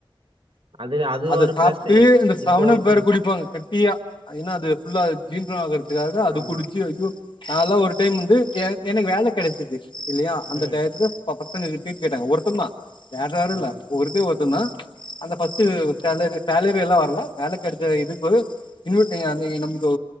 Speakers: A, on the right; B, on the left.
A: அது அது
B: அத
A: ஒரு
B: சாப்ட்டு
A: ப்ளஸ்ஸு.
B: இந்த செவனப்
A: இப்போ இப்போ
B: வேற குடிப்பாங்க கட்டியா ஏன்னா அது ஃபுல்லா ஜீர்ணம் ஆகுறதுக்காக அது
A: ஆமா.
B: குடிச்சு ஐயோ நாலா ஒரு டைம் வந்து எ எனக்கு வேல கெடச்சுது துல்லயா அந்த
A: ம்.
B: டயத்துல ப பசங்க ட்ரீட் கேட்டாங்க ஒருத்தந்தா வேற யாருல்ல
A: ஆ.
B: ஒருத்தே ஒரு தந்தா அந்த ஃபஸ்ட்டு சேலரி சேலரி எல்லா வரல வேல கெட த இது போக இன்வ் <unintelligible> நம்ளுக்கு